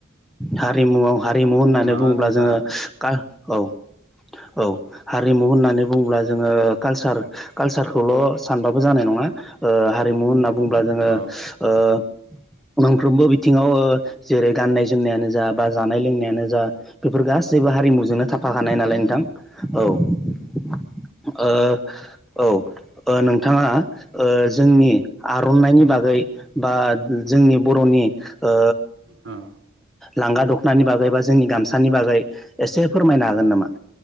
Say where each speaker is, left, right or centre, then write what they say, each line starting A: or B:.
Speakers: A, in the centre; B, on the right.
A: हारिमुआव हारिमु होननानै
B: माबा
A: बुङोब्ला
B: दोङोबा
A: जोङो खारल औ
B: <inaudible>
A: औ हारिमु होननानै बुङोब्ला जोङो कालसार कालसारखौल' सानबाबो जानाय नङा ओ हारिमु होनना बुंङोब्ला जोङो
B: अ
A: ओ मोनंफ्रोमबो बिथिङाव ओ जेरै गाननाय जोमनायानो जा बा जानाय लोंनायानो जा बेफोर गासैबो हारिमुजोंनो थाफाखानाय नालाय नोंथां औ ओ औ ओ नोंथाङा ओ जोंनि आर'नाइनि बागै बा जोंनि बर'नि ओ
B: अ अ
A: लांगा दख'नानि बागै बा जोंनि गामसानि बागै एसे फोरमायनो हागोन नामा?